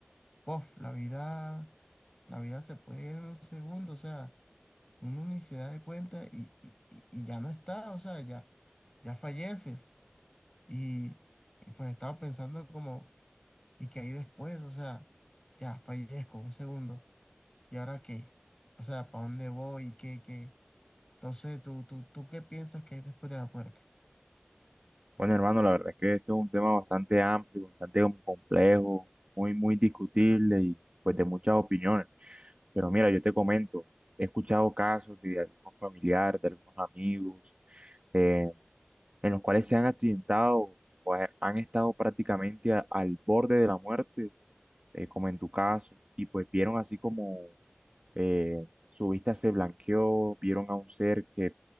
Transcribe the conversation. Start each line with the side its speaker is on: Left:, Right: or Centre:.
Left: Pof, la vida, la vida se puede ir en un segundo, o sea, uno ni se da de cuenta y, y- y- y ya no está, o sea, ya, ya falleces. Y, y pues estaba pensando como, ¿y qué hay después? O sea, ya fallezco un segundo, ¿y ahora qué? O sea, ¿para dónde voy? ¿Qué, qué? Entonces, ¿tú, tú, tú qué piensas que hay después de la muerte?
Right: Bueno, hermano, la verdad es que esto es un tema bastante amplio, bastante como complejo, muy, muy discutible y pues de muchas opiniones. Pero mira, yo te comento, he escuchado casos de algunos familiares, de algunos amigos. eh, en los cuales se han accidentado o ha- han estado prácticamente a- al borde de la muerte, eh, como en tu caso, y pues vieron así como eh, su vista se blanqueó, vieron a un ser que